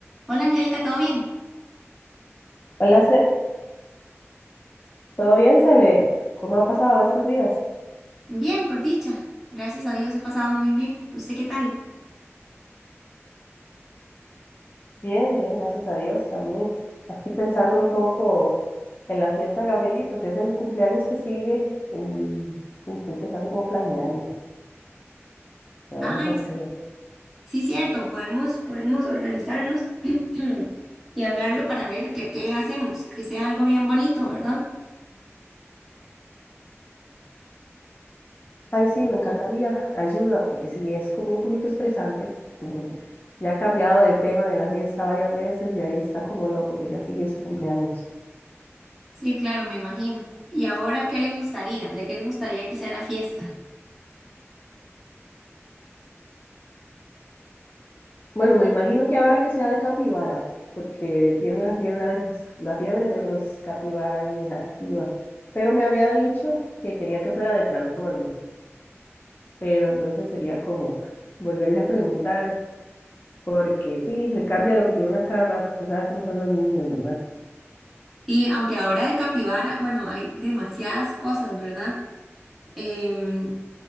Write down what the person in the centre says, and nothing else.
Hola Angélica, ¿todo bien?
Bien, por dicha. Gracias a Dios he pasado muy bien. ¿Usted qué tal?
Ay,
sí, cierto, podemos, podemos organizarnos <clears throat> y hablarlo para ver qué, qué hacemos, que sea algo bien bonito, ¿verdad?
Sí, claro, me imagino. ¿Y ahora qué le gustaría? ¿De qué le gustaría que sea la fiesta?
Sí, aunque ahora de capibara, bueno, hay demasiadas cosas, ¿verdad? Em,